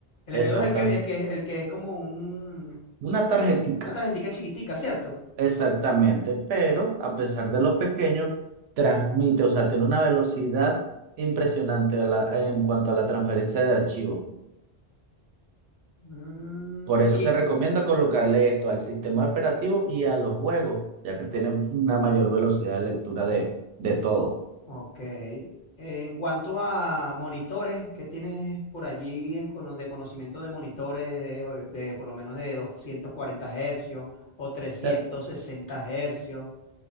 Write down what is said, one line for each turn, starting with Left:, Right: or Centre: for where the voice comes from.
Left: El
Right: Exacta.
Left: m dos es el que, el que, el que es como un,
Right: Una tarjetica.
Left: una tarjetita chiquitica, ¿cierto?
Right: Exactamente. Pero a pesar de lo pequeño, transmite, o sea, tiene una velocidad impresionante a la- en cuanto a la transferencia de archivos.
Left: Mm,
Right: Por eso
Left: y
Right: se recomienda colocarle esto al sistema operativo y a los juegos, ya que tienen una mayor velocidad de lectura de, de todo.
Left: Ok. En cuanto a monitores, ¿qué tienes por allí en cono- de conocimiento de monitores de, de por lo menos de 240 hercios o 360
Right: Eh,
Left: hercios?